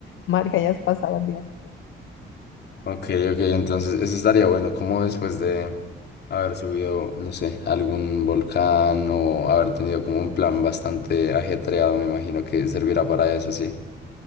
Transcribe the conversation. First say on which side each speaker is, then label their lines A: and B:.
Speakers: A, on the left; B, on the left.
A: mar que hayas pasado el día anterior.
B: Ok, ok, entonces eso estaría bueno, como después de haber subido, no sé, algún volcán o haber tenido como un plan bastante ajetreado, me imagino que servirá para eso, sí.